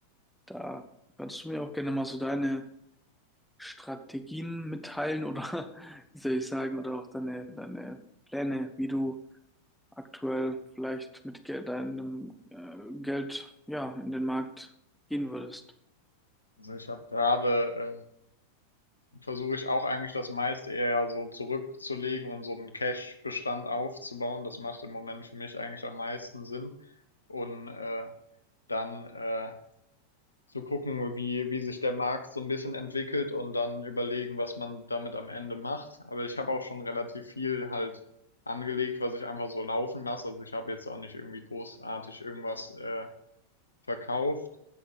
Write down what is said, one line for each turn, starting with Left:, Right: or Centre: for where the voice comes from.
Centre: Da kannst du mir auch gerne mal so deine Strategien mitteilen oder <laughs> wie soll ich sagen, oder auch deine, deine Pläne, wie du aktuell vielleicht mit Geld, deinem äh, Geld, ja, in den Markt gehen würdest.
Left: Also ich habe Gerade äh, versuche ich auch eigentlich das meiste eher so zurückzulegen und so einen Cash-Bestand aufzubauen. Das macht im Moment für mich eigentlich am meisten Sinn. Und äh, dann äh, zu gucken, wie, wie sich der Markt so ein bisschen entwickelt und dann überlegen, was man damit am Ende macht. Aber ich habe auch schon relativ viel halt angelegt, was ich einfach so laufen lasse. Also ich habe jetzt auch nicht irgendwie großartig irgendwas äh, verkauft.